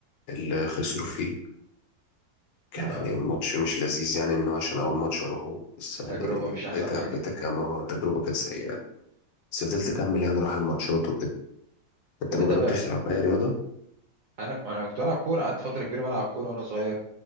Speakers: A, on the left (about 80°); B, on the right (about 70°).
A: اللي خسروا فيه كان
B: آه.
A: يعني ماتش مش لذيذ يعني انه عشان اول ماتش اروحه بس يعني
B: تجربة مش
A: بقيت
B: أحسن حاجة
A: بقيت كمان تجربه كانت سيئه بس فضلت اكمل يعني اروح الماتشات وكده انت
B: وبتابع
A: ما جربتش تلعب اي رياضه
B: أنا أنا كنت بلعب كورة قعدت فترة كبيرة بلعب كورة وأنا صغير